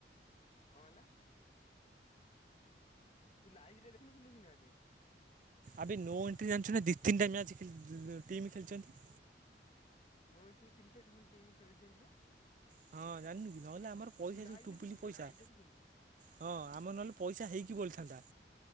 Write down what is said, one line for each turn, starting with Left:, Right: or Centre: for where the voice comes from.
Left: କଣ ହେଲା? ତୁ ଲାଇଭରେ ଦେଖୁନଥିଲୁ କି ମ୍ୟାଚ୍।
Right: ଆବେ ନୋ ଏଣ୍ଟ୍ରି ଜାଣିଚୁ ନା ଦି ତିନିଟା ମ୍ୟାଚ୍ ଖେଳି ଟିମ୍ ଖେଳିଛନ୍ତି।
Left: ନୋଓ ଏଣ୍ଟ୍ରିରେ ତିନିଟା ଏଠି ଖଣ୍ଡେ ଟିମ୍ ଖେଳିଛନ୍ତି ପା।
Right: ହଁ ଜାଣିନୁ କି ନହେଲେ ଆମର ପଇସା
Left: ଲାଇଭ୍
Right: ଯୋଉ ଟୁପୁଲି
Left: ଦେଖୁଥିଲୁ
Right: ପଇସା।
Left: ତ ଲାଇଭ୍ ଦେଖୁଥିଲୁ ତ?
Right: ହଁ ଆମର ନହେଲେ ପଇସା ହେଇକି ବଳିଥାନ୍ତା।